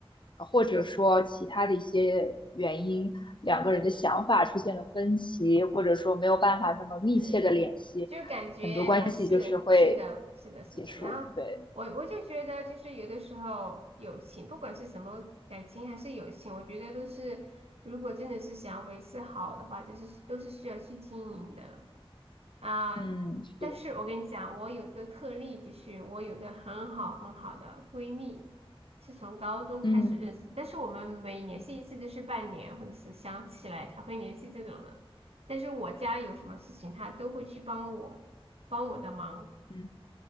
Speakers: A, on the left (about 50°); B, on the right (about 80°).
A: 或者说其他的一些原因，两个人的想法出现了分歧，
B: 是
A: 或者说没有办法那么密切的联系，
B: 是，就感觉还是是的，
A: 很多关系就是会
B: 是的，是的。
A: 结束。
B: 然后我我就觉得，
A: 对，
B: 就是有的时候友情，不管是什么感情还是友情，我觉得都是，如果真的是想要维持好的话，就是都是需要去经营的啊。
A: 嗯，是的，
B: 但是我跟你讲，我有一个特例，就是我有个很好很好的闺蜜，是从高中开始认识，
A: 嗯。
B: 但是我们每联系一次就是半年，或者是想起来才会联系这种的。但是我家有什么事情，他都会去帮我，帮我的忙。
A: 嗯。